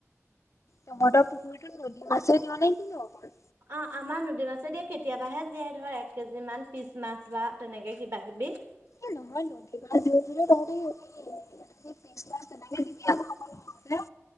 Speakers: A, on the left (about 70°); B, on the right (about 75°).
A: তহঁতৰ পুখুৰীটোত নদী মাছে দিয় নে কিনো অকল?
B: অ, আমাৰ নদী মাছে দিয়ে কেতিয়াবাহে জীয়াই ধৰে এক কেজি মান পিচ মাছ বা তেনেকে কিবা-কিবি
A: এ নহয় ৰহ কিবা যদিও তিনি পিচ মাচ তেনেকে দিবি আকৌ হেল্ল।